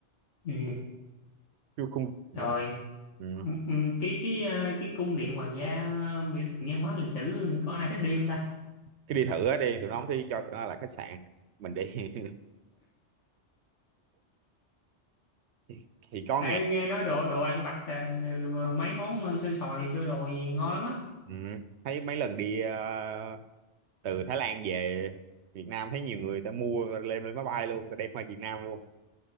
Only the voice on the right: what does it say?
Chứ không luôn
ừ.
cứ đi thử á đi tụi nó không thì cho tụi nó là khách sạn mình đi <laughs> thì, thì có
ngày
ừ. thấy mấy lần đi ờ, từ Thái Lan về Việt Nam thấy nhiều người ta mua lên lên máy bay luôn ta đem qua Việt Nam luôn